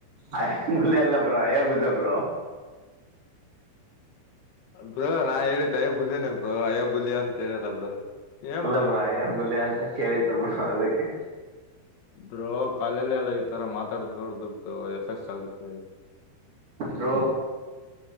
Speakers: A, on the right (about 30°); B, on the left (about 65°).
A: ಆಯ ಮುಲೆಲ್ಲ ಬ್ರೋ ಬದ ಬ್ರೋ
B: ಬ್ರೋ ನಾ ಹೇಳಿದ್ದವೆ ಬುದನ ಅಯೋ ಬುಲ್ಯ ಅಂತ ಹೇಳಲ್ಲ ಬರು ಏನ್
A: ಅಲ್ಲ
B: ಬ್ರ
A: ಬ್ರೋ
B: ನೀವು
A: ಆಯಾ ಬುಲೆ ಅಂತ ಕೇಳಿತು ಬ ಅದಕ್ಕೆ
B: ದ್ರೋ ಕಾಲಲೆ ಎಲ್ಲ ಈ ತರ ಮಾತಾಡ ದದುಡ್ದು ಎಫೆಕ್ಟ್ಸ್ ಆಗುತ್ತೆ
A: ರ